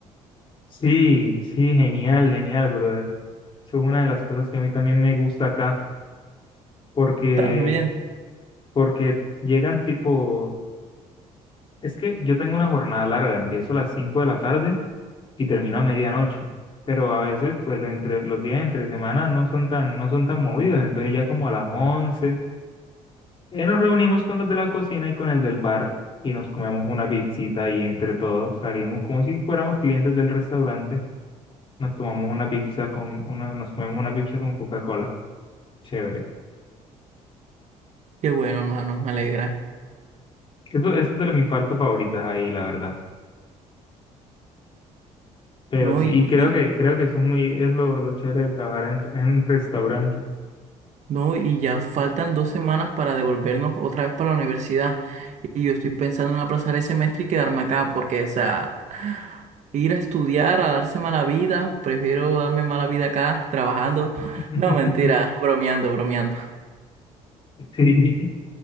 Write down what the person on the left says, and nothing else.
Sí, sí, genial, genial, brother. Eso es una de las cosas que a mí también me gusta acá, porque,
porque llegan tipo, es que yo tengo una jornada larga, empiezo a las 5 de la tarde y termino a medianoche, pero a veces, pues, lo entre, los días entre semana no son tan, no son tan movidos, entonces ya como a las once Eh, nos reunimos con los de la cocina y con el del bar y nos comemos una pizzita y entre todos salimos como si fuéramos clientes del restaurante. Nos tomamos una pizza con una, nos comemos una pizza con Coca-Cola. Chévere.
Eso, eso es de mis partes favoritas ahí, la verdad. Pero
sí,
y creo que, creo que eso es muy, es lo, lo chévere de trabajar en, en restaurantes.
<laughs>
Sí,